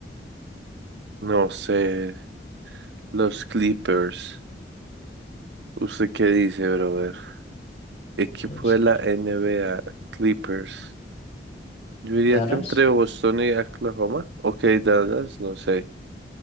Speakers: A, on the right (about 75°); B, on the left (about 35°).
A: no sé. Los Clippers. ¿Usted qué dice, brother? Equipo
B: Entonces,
A: de la
B: cl-
A: NBA, Clippers. Yo diría
B: Dallas,
A: que entre Boston y Oklahoma. Ok, Dallas, no sé.